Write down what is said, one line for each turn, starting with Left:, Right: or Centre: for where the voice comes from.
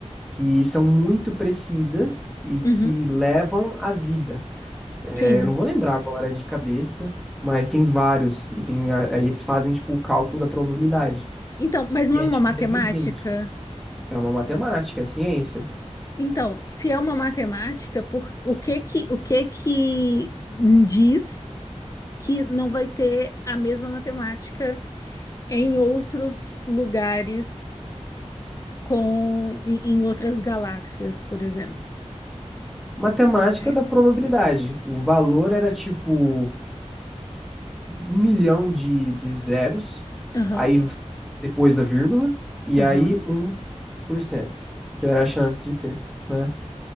Centre: que são muito precisas e
Left: uhum.
Centre: que levam à vida. É,
Left: Sim.
Centre: eu não vou lembrar agora de cabeça, mas tem vários. E tem, a- aí eles fazem, tipo, o cálculo da probabilidade.
Left: Então, mas não
Centre: E é
Left: é uma
Centre: tipo
Left: matemática?
Centre: negligente. É uma matemática, é ciência.
Left: Então, se é uma matemática, por, o que que, o que que diz que não vai ter a mesma matemática em outros lugares com, em, em outras galáxias, por exemplo,
Centre: Matemática
Left: né?
Centre: da probabilidade. O valor era tipo um milhão de, de zeros,
Left: Aham,
Centre: aí s- depois da vírgula, e
Left: aham,
Centre: aí um por cento, que era a chance de ter, né?